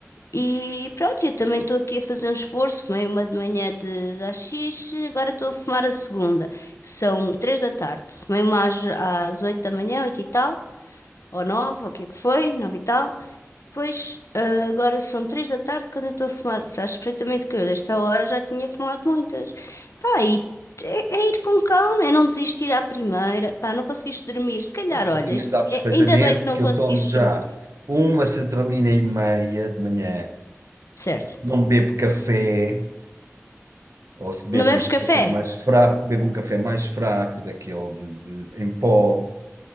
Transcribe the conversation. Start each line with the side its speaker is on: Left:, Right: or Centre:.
Left: e pronto, eu também estou aqui a fazer um esforço. Fumei uma de manhã de, de AX, agora estou a fumar a segunda. São três da tarde. Fumei uma às, às oito da manhã, oito e tal ou nove, ou o que é que foi, nove e tal. Depois, ah, agora são três da tarde quando eu estou a fumar. Sabes perfeitamente que eu, desta hora, já tinha fumado muitas. Pá, e é, é ir com calma, é não desistir à primeira. Pá, não conseguiste dormir. Se calhar,
Right: Mas
Left: olha,
Right: tu também
Left: este-
Right: sabes
Left: é-
Right: perfeitamente
Left: ainda bem que não
Right: que
Left: conseguiste
Right: eu tomo já
Left: dormir.
Right: uma sertralina e meia de manhã,
Left: Certo.
Right: não bebo café. Ou se bebe,
Left: Não bebes
Right: bebe
Left: café?
Right: um café mais fraco, bebe um café mais fraco, daquele de, de- em pó,